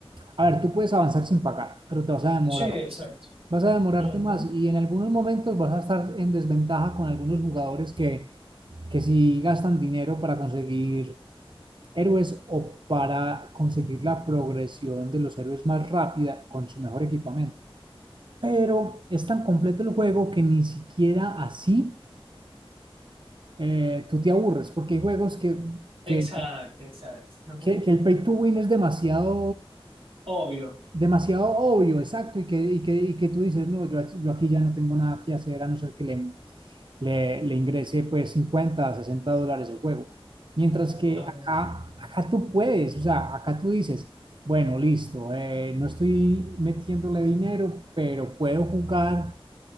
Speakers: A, on the right; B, on the right.
A: a ver, tú puedes avanzar sin pagar, pero te vas a demorar
B: Sí, exacto.
A: más. Vas a demorarte
B: Ujú,
A: más y en algunos momentos vas a estar en desventaja con algunos jugadores que, que sí gastan dinero para conseguir héroes o para conseguir la progresión de los héroes más rápida con su mejor equipamiento. Pero es tan completo el juego que ni siquiera así eh, tú te aburres, porque hay juegos que,
B: Exacto,
A: que,
B: exacto. Ujú.
A: que- que el pay to win es demasiado
B: Obvio.
A: demasiado obvio, exacto, y que, y que, y que tú dices, no, yo, yo aquí ya no tengo nada que hacer a no ser que le, le, le ingrese pues 50, 60 dólares el juego. Mientras que
B: Ajá.
A: acá, acá tú puedes, o sea, acá tú dices, bueno, listo, eh, no estoy metiéndole dinero, pero puedo jugar